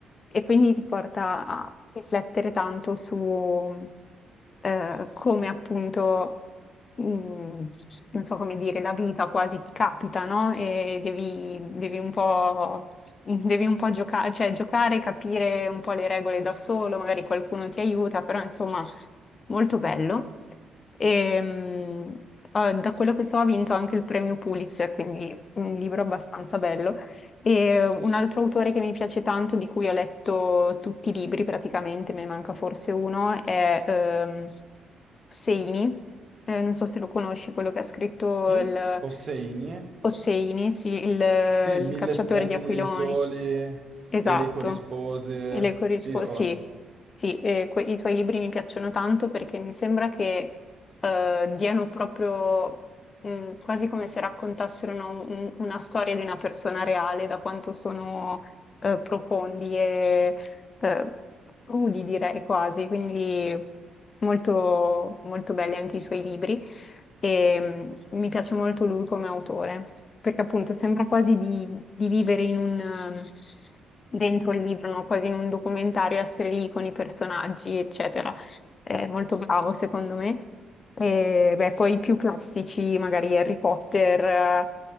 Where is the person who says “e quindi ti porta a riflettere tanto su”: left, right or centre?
Left